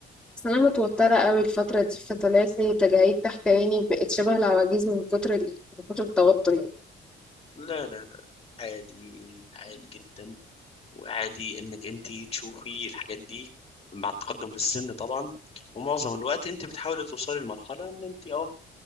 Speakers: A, in the centre; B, on the left (about 30°).
A: بس انا متوتره قوي الفتره دي فطلعت لي تجاعيد تحت عيني بقت شبه العواجيز من كتر ال- من كتر التوتر يعني
B: لا لا لا عادي عادي جدا وعادي انك انت تشوفي الحاجات دي مع التقدم في السن طبعا ومعظم الوقت انت بتحاولي توصلي لمرحله ان انت اه